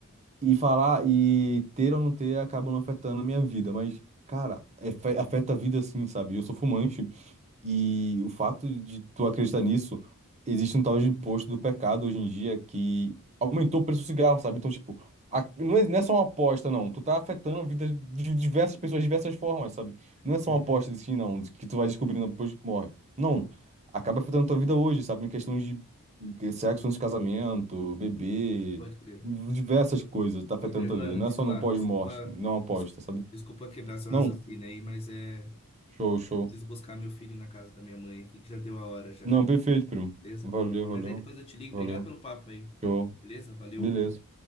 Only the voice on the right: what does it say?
E falar, e ter ou não ter acaba não afetando a minha vida, mas, cara, é- afeta a vida sim, sabe? Eu sou fumante, e o fato de tu acreditar nisso, existe um tal de imposto do pecado hoje em dia que aumentou o preço do cigarro, sabe? Então, tipo, a- não é, não é só uma aposta, não. Tu tá afetando a vida de diversas pessoas de diversas formas, sabe? Não é
só uma aposta
de si, não, de que tu vai descobrindo depois que morre. Não. Acaba afetando tua vida hoje, sabe? Em questões de de sexo antes de casamento, bebê,
diversas coisas tá afetando
tua
vida. Não
é só
no pós-morte,
não é uma aposta,
sabe?
Não.
Show, show.
Não, perfeito, primo.
Valeu,
valeu.
Valeu.
Show.
Beleza.